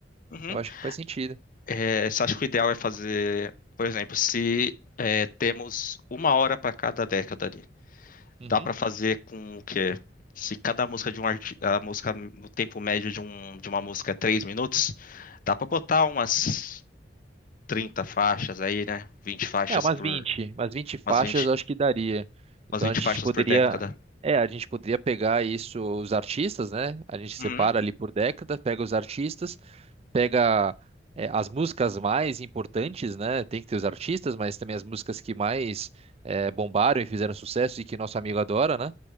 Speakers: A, on the left (about 50°); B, on the right (about 35°).
A: Uhum.
B: Eu acho que faz sentido.
A: É, você acha que o ideal é fazer, por exemplo, se é, temos uma hora para cada década ali,
B: Uhum.
A: dá para fazer com o quê? Se cada música de um arti... a música no tempo médio de, um, de uma música é 3 minutos, dá para botar umas 30 faixas aí, né? 20 faixas
B: É, umas
A: por
B: vinte umas 20 faixas
A: umas 20
B: eu acho que daria. Então
A: umas 20
B: a gente
A: faixas
B: poderia,
A: por década.
B: é, a gente poderia pegar isso, os artistas, né? A gente separa
A: Uhum,
B: ali por década, pega os artistas pega eh, as músicas mais importantes, né? Tem que ter os artistas, mas também as músicas que mais eh, bombaram e fizeram sucesso e que nosso amigo adora, né?